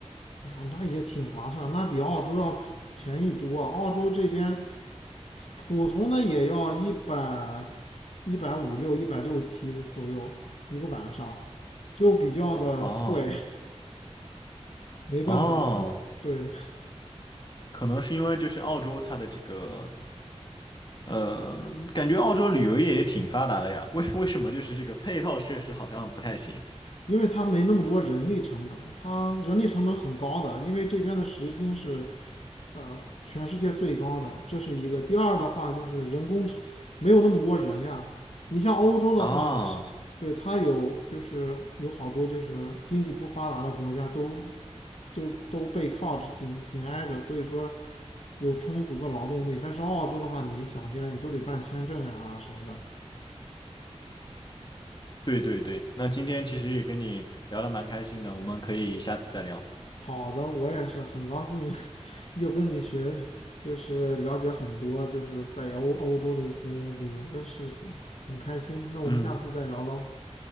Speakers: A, on the left; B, on the left.
A: 哇，那也挺划算，那比澳洲要便宜多啊。澳洲这边普通的也要一百一百五六、一百六七左右一个晚上，就比较的贵。
B: 哦
A: 没办法，
B: 哦，
A: 它对，
B: 可能是因为就是澳洲它的这个，呃，感觉澳洲旅游业也挺发达的呀。为为什么就是这个配套设施好像不太行？
A: 因为它没那么多人力成本，它人力成本很高的，因为这边的时薪是呃，全世界最高的，这是一个。第二的话就是人工成没有那么多人呀。你像欧洲的话，
B: 啊？
A: 对，它有就是有好多就是经济不发达的国家都就都背靠着紧紧挨着，所以说有充足的劳动力。但是澳洲的话，你想进来你都得办签证呀、什么的。
B: 对对对，那今天其实也跟你聊得蛮开心的，我们可以下次再聊。
A: 好的，我也是很高兴又跟你学，就是了解很多，就是北欧欧洲的一些旅游的事情，很开心。那我们下次再聊喽，
B: 嗯，